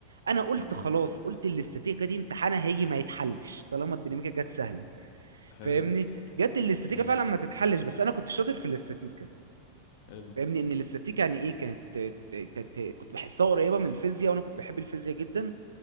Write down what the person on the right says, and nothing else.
انا قلت
خلاص قلت الاستاتيكا دي امتحانها هيجي ما يتحلش طالما الديناميكا جت سهله
فاهمني جت الاستاتيكا
فعلا ما تتحلش بس انا كنت شاطر في الاستاتيكا
فاهمني ان الاستاتيكا يعني ايه كانت كانت كنت بحسها قريبه من الفيزياء وانا كنت بحب الفيزياء جدا